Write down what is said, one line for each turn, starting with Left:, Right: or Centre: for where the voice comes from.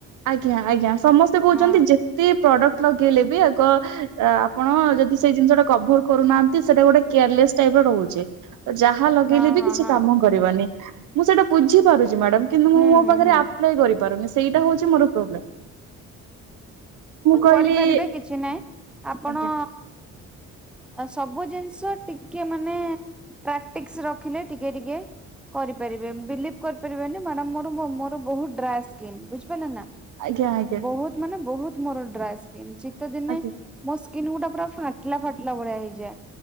Right: ଆଜ୍ଞା ଆଜ୍ଞା ସମସ୍ତେ କହୁଛନ୍ତି
Centre: ହଁ
Right: ଯେ ଯେତେ ପ୍ରଡକ୍ଟ ଲଗେଇଲେ ବି ଆଗ ଆପଣ ଯଦି ସେଇ ଜିନିଷଟା କଭର କରୁନାହାନ୍ତି ସେଇଟା ଗୋଟେ କ୍ୟାର୍ଲେସ୍ ଟାଇପ ର ରହୁଛି ଯାହା ଲଗେଇଲେ
Centre: ହଁ
Right: ବି
Centre: ହଁ
Right: କିଛି
Centre: ହଁ
Right: କାମ ରିବନି ମୁଁ ସେଇଟା ବୁଝି ପାରୁଛି ମ୍ୟାଡମ୍ କିନ୍ତୁ
Centre: ହୁଁ
Right: ମୁଁ ମୋ
Centre: ହୁଁ
Right: ପାଖରେ
Centre: ହୁଁ
Right: ଆ କରିପାରୁନି ସେଇଟା ହଉଛି ମୋର ପ୍ରବ୍ଲେମ୍ କହିଲି
Centre: କରିପାରିବେ କିଛି ନାହିଁ ଆପଣ
Right: ଆଜ୍ଞା
Centre: ଆ ସବୁ ଜିନିଷ ଟିକେ ମାନେ ପ୍ରାକ୍ଟିସ ରଖିଲେ ଟିକେ ଟିକେ କରିପାରିବେ ବିଲିଭ୍ କରିପାରିବେନି ମାଡ଼ାମ୍ ମୋର ବହୁ ଡ୍ରାଏ ସ୍କିନ୍ ବୁଝିପାରିଲେ ନା
Right: ଆଜ୍ଞା ଆଜ୍ଞା
Centre: ବହୁତ ମାନେ ବହୁତ ମୋର ଡ୍ରାଏ ସ୍କିନ୍ ଶୀତ ଦିନେ
Right: ଆଜ୍ଞା
Centre: ମୋ ସ୍କିନ୍ ଗୁଡ଼ା ପୁରା ଫାଟିଲା ଫାଟିଲା ଭଳିଆ ହେଇଯାଏ